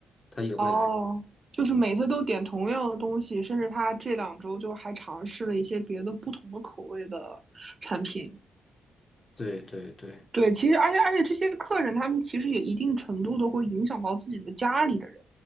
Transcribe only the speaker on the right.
哦，就是每次都点同样的东西，甚至他这两周就还尝试了一些别的不同的口味的产品。
对，其实而且而且这些客人他们其实也一定程度的会影响到自己的家里的人，